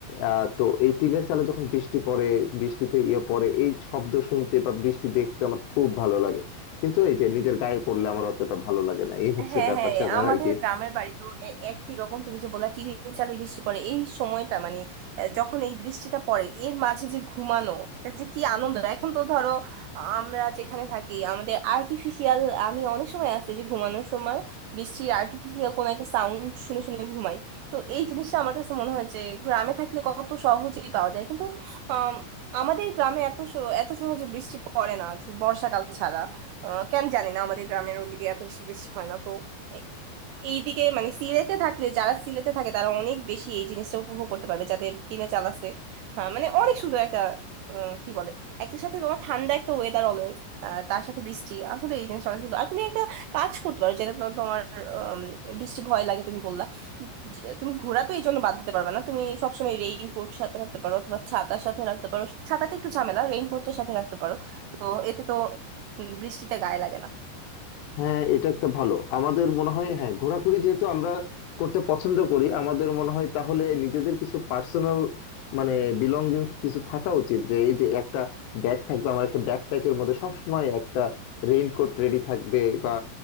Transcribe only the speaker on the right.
হ্যাঁ
হ্যাঁ
আমাদের
গ্রামের বাড়ি তো এ- একই রকম তুমি যে বললা চিড়ির চালে বৃষ্টি পড়ে এই সময়টা মানে আহ, যখন এই বৃষ্টিটা পড়ে এর মাঝে যে ঘুমানো এটা যে কি আনন্দ এখন তো ধরো আমরা যেখানে থাকি আমাদের আর্টিফিশিয়াল আমি অনেক সময় আছে যে ঘুমানোর সময় বৃষ্টির আর্টিফিশিয়াল কোনো একটা সাউন্ড শুনে শুনে ঘুমাই তো এই জিনিসটা আমার কাছে মনে হয় যে গ্রামে থাকলে কত সহজেই পাওয়া যায় কিন্তু আম, আমাদের গ্রামে এত স- এত সহজে বৃষ্টি পড়ে না বর্ষাকাল ছাড়া আহ, কেন জানি না আমাদের গ্রামের ওদিকে এত বেশি বৃষ্টি হয় না তো এ- এইদিকে মানে সিলেটে থাকলে যারা সিলেটে থাকে তারা অনেক বেশি এই জিনিসটা উপভোগ করতে পারবে যাদের টিনে চাল আছে হ্যাঁ, মানে অনেক সুন্দর একটা আহ, কি বলে একই সাথে তোমার ঠান্ডা একটা ওয়েদার অলওয়েজ তার সাথে বৃষ্টি আসলে এই জিনিসটা অনেক সুন্দর আর তুমি একটা কাজ করতে পারো যেটা তো- তোমার আম, বৃষ্টি ভয় লাগে তুমি বললা যে তুমি ঘোরা তো এই জন্য বাদ দিতে পারবে না তুমি সবসময় রেইনকোট সাথে রাখতে পারো অথবা ছাতার সাথে রাখতে পারো ছাতাটা একটু ঝামেলা রেইনকোটের সাথে রাখতে পারো তো এতে তো উম, বৃষ্টিতে গায়ে লাগে না